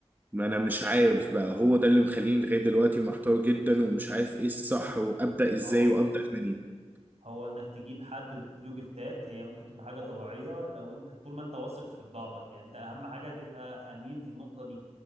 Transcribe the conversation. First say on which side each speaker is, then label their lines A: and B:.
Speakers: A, on the right; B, on the right.
A: ما
B: بالظبط
A: انا مش عارف بقى هو ده اللي مخليني لغاية دلوقتي محتار جدا ومش عارف ايه الصح وابدأ ازاي
B: ما هو
A: وابدأ
B: بص
A: منين
B: هو انك تجيب حد وتديله جفتات هي ممكن تبقى حاجه طبيعيه لو انت طول ما انت واثق في بضاعتك يعني انت اهم حاجه تبقى امين في النقطه دي